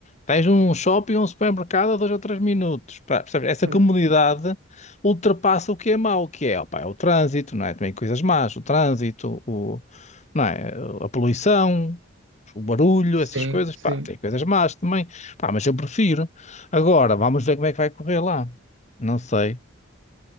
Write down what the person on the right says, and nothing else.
Hum,
sim.
sim.